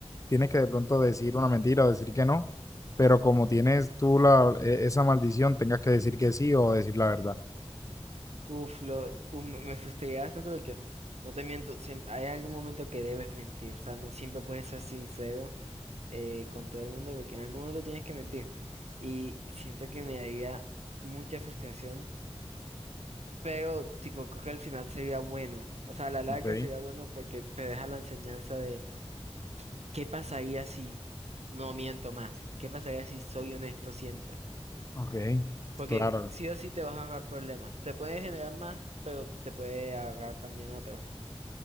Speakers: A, on the left (about 30°); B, on the right (about 75°).
A: tienes que de pronto decir una mentira o decir que no, pero como tienes tú la, e- esa maldición, tengas que decir que sí o decir la verdad.
B: Uf, lo, uf, me, me frustré bastante porque, no te miento, siempre, hay algún momento que debes mentir, o sea, no siempre puedes ser sincero eh, con todo el mundo porque en algún momento tienes que mentir. Y siento que me daría mucha frustración Pero, tipo, creo que al final sería bueno. O sea, a la larga
A: Ok,
B: sería bueno porque te deja la enseñanza de qué pasaría si no miento más. ¿Qué pasaría si soy honesto siempre?
A: ok,
B: Porque
A: claro.
B: sí o sí te vas a agarrar problemas. Te puede generar más, pero te puede agarrar también otros.